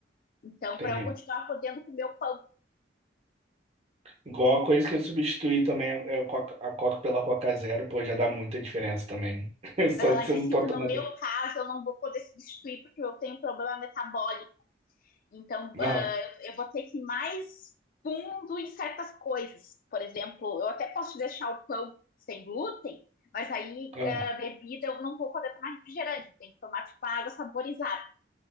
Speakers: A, on the left (about 50°); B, on the right (about 35°).
A: Então
B: entendi.
A: para eu continuar podendo comer o pão.
B: Igual a coisa que eu substituí também é a Coca, a Coca pela Coca Zero, pô, já dá muita diferença também. <laughs>
A: Mas
B: Só
A: ela
B: de
A: disse
B: você não tá
A: que
B: tomando.
A: no meu caso eu não vou poder substituir porque eu tenho um problema metabólico. Então, uh,
B: Aham,
A: eu, eu, vou ter que ir mais fundo em certas coisas. Por exemplo, eu até posso deixar o pão sem glúten, mas aí
B: aham.
A: uh, bebida eu não vou poder tomar refrigerante, tem que tomar tipo água saborizada.